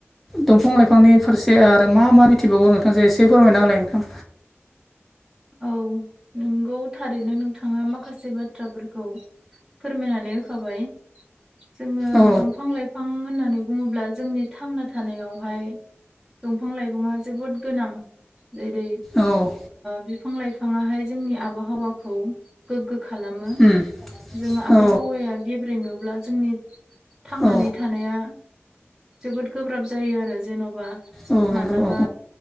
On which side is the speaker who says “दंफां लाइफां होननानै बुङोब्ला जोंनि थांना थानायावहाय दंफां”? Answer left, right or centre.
Right